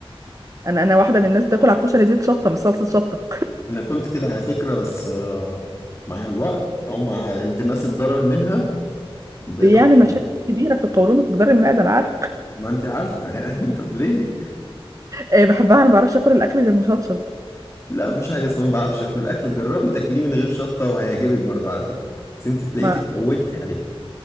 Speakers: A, on the right; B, on the left.
A: أنا أنا واحدة من الناس بتاكل على الكشري زيت شطة مش صلصة شطة
B: أنا كنت كده على فكرة بس آه، مع الوقت أو مع التماس الضرر منها بقيت
A: بيعمل
B: أحرم
A: مشاكل كبيرة في القولون وفي جدار المعدة أنا عارفة
B: ما أنت عارفة يعني <laughs> طب ليه
A: آه، بحبها أنا ما بعرفش آكل الأكل غير مشطشط
B: لا مفيش حاجة اسمها ما بعرفش اكل الاكل جربي تاكليه من غير شطة وهيعجبك برضو على فكرة بس انت تلاقيكي
A: ما
B: اتموتي عليه